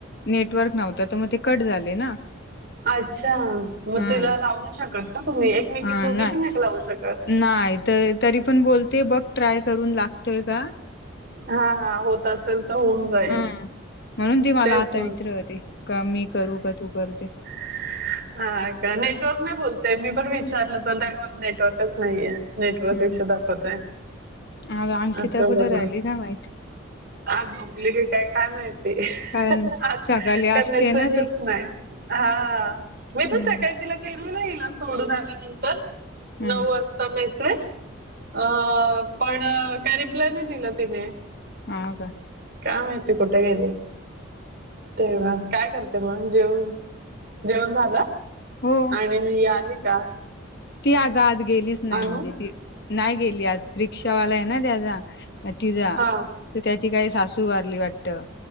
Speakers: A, on the left; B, on the right.
A: नेटवर्क नव्हत तर मग ते कट झाले ना
B: अच्छा मग
A: हं
B: तिला लावू नाही शकत का तुम्ही एकमेकीला
A: हा
B: दोघी
A: नाही
B: पण एक लावू शकत
A: नाही. तर तरी पण बोलते बघ ट्राय करून लागतोय का
B: हा होत असेल तर होऊन जाईल
A: हं म्हणून ती मला
B: तेच
A: आता
B: मग
A: विचारत होती का मी करू का तू करते
B: <inaudible> हा का नेटवर्क नाही बोलते मी पण विचारलं तर त्या काय म्हणाल्या मला नेटवर्कच नाहीये. नेटवर्क
A: हं
B: इशु दाखवतय.
A: आज अंकिता
B: असं
A: कुठे
B: बोलले
A: राहिली काय माहित
B: आज झोपली की काय काय माहिती
A: कारण
B: आज
A: सकाळी
B: त्यांनाच
A: असते
B: सहजच
A: ना ते
B: नाही हा मी पण
A: हं
B: सकाळी तिला केलं ना हीला सोडून आल्यानंतर
A: हं
B: नऊ वाज ता मेसेज अ पण काय रिप्लाय नाही दिला तिने
A: हा का
B: काय माहिती कुठे गेले ते मग काय करते मग जेवन जेवण झालं
A: हो.
B: आणि म ही आली का?
A: ती आग आज गेलीच नाही
B: अनु
A: म्हणजे ती नाही गेली आज रिक्षावाला आहे ना त्याचा तिजा
B: हा
A: तर त्याची काही सासू वारली वाटत.